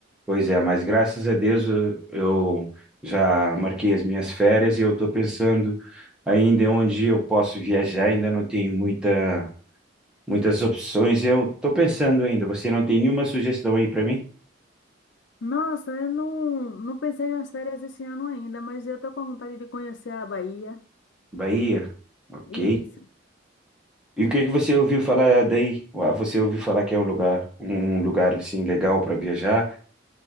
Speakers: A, in the centre; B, on the left.
A: Pois é, mas graças a Deus eu, eu já marquei as minhas férias e eu tô pensando ainda em onde eu posso viajar. Ainda não tenho muita, muitas opções. Eu tô pensando ainda. Você não tem nenhuma sugestão aí para mim?
B: Nossa, eu não, não pensei nas férias esse ano ainda, mas eu tô com vontade de conhecer a Bahia.
A: Bahia? Ok.
B: Isso,
A: E o que que você ouviu falar daí? Ah, Você ouviu falar que é um lugar, um lugar assim legal para viajar?